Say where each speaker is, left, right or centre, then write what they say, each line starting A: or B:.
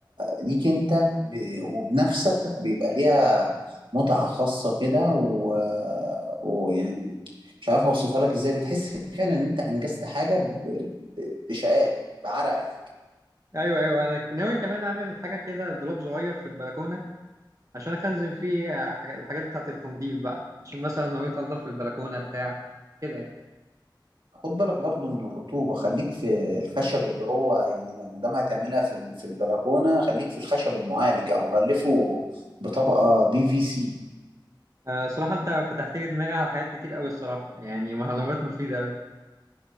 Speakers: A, on the right; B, on the right.
A: ليك انت ب- وبنفسك بيبقى ليها متعة خاصة كده و... ويعني مش عارف اوصفها لك ازاي بتحس فعلا ان انت انجزت حاجة ب... ب- بشقاك بعرقك
B: أيوه أيوه أنا ناوي كمان أعمل حاجة كده دولاب صغير في البلكونة عشان أخزن فيه آه، حاجة- الحاجات بتاعة التنظيف بقى عشان مثلا لو جيت أنضف في البلكونة بتاع كده يعني.
A: خد بالك برضو من الرطوبة خليك في الخشب اللي هو يعني ما دام هتعملها في ال- في البلكونة خليك في الخشب المعالج أو غلفه بطبقة بي في سي
B: آه، صراحة أنت فتحت لي دماغي على حاجات كتير أوي الصراحة يعني معلومات مفيدة أوي